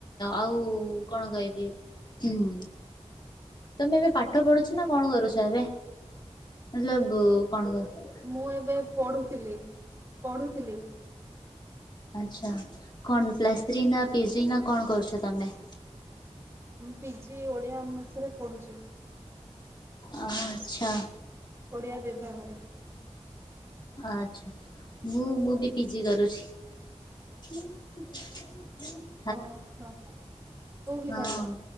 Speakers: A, on the left; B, on the right.
A: ଆଉ କଣ କହିବି ହୁଁ। ତମେ ଏବେ ପାଠ ପଢୁଛ ନା କଣ କରୁଛ ଏବେ। ମତଲବ କଣ କର?
B: ମୁଁ ଏବେ ପଢୁଥିଲି- ପଢୁଥିଲି।
A: ଆଚ୍ଛା। କଣ ପ୍ଲସ୍ ଥ୍ରୀ ନା ପିଜି ନା କଣ କରୁଛ ତୁମେ?
B: ମୁଁ ପିଜି ଓଡ଼ିଆ ୟୁନିଭର୍ସିରିରେ ପଢ଼ୁଛି।
A: ଓ ଆଚ୍ଛା।
B: ଓଡ଼ିଆ ବିଭାଗରେ।
A: ଆଚ୍ଛା। ମୁଁ-ମୁଁ ବି ପିଜି କରୁଛି। <inaudible>
B: <unintelligible> କୋଉ ବିଭାଗରେ
A: ହଁ,